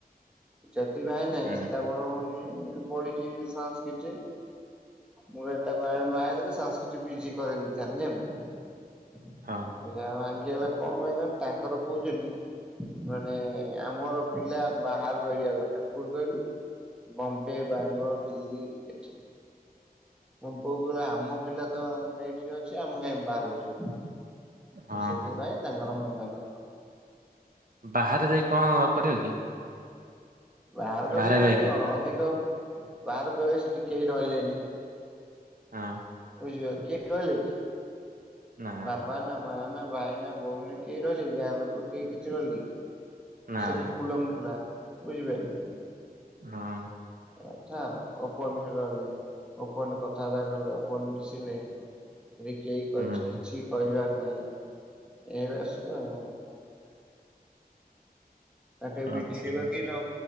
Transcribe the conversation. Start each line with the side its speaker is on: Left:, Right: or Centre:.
Centre: ଯଦି ଭାଇ ନାଇଁ
Right: ହୁଁ
Centre: ତା ବଡ ଭଉଣୀ ପଢିଚି ସାନ୍ସକ୍ରିଟି ମୁ ତାକୁ ଆ ବାହା ସାନ ପିଜି କରେଇ ଦେଇଥାନ୍ତି ଜାଣିଲୁ।
Right: ହଁ
Centre: ଯା ଭାଙ୍ଗିଗଲା କଣ ପାଇଁ କହନି ତାଙ୍କର କହୁଚନ୍ତି ମାନେ ଆମର ପିଲା ବାହାର ରହିବା ଦରକାର କୋଉଠି କହିଲୁ ବମ୍ବେ ବାଙ୍ଗଲୋର ଦିଲ୍ଲୀ ଏଠି। ମୁଁ ବୋଉ କହିଲା ଆମ ପିଲା ତ ଏଇଠି ଅଛି ଆମ କାଇହିଁ ବାହାରୁ ଯିବ।
Right: ହଁ।
Centre: ସେ ସେଥିପାଇଁ ତାଙ୍କର ମନା କଲେ
Right: ବାହାରେ ଯାଇ କଣ କରିବ କି?
Centre: ବାହାର କଲେ
Right: ବାହାରେ
Centre: ମାନେ
Right: ରହିକି
Centre: କଣ ଅଧିକ ବାହାର କଲେ ସେଠି କେହି ରହିଲେନି
Right: ଆଁ
Centre: ବୁଝିବା କିଏ ରହିଲେ କି?
Right: ନା
Centre: ବାପା ନା ମା ନା ଭାଇ ନା ଭଉଣୀ କିଏ ରହିଲେ କି ଗାଁ ଲୋକ କେହି କିଛି ରହିଲେକି?
Right: ନା
Centre: ସେଠି
Right: ନା
Centre: ଖୁଲମ ଖୁଲା ବୁଝିପାଇଲ?
Right: ହଁ
Centre: ଏଇ କଥା ଆଉ ଓପେନ ହେଇ ରହିଲେ। ଓପନ କଥାବାର୍ତ୍ତା କଲେ ଓପନ ମିଶିଲେ। ସେଠି କେହି କ
Right: ହୁଁ
Centre: କିଛି କହିବାର ନାହିଁ ଏଭୟା ସବୁ ଆଉ। ତା କେ ବିଗିଡିବା
Right: ଆଚ୍ଛା ଆଚ୍ଛା
Centre: କି ନ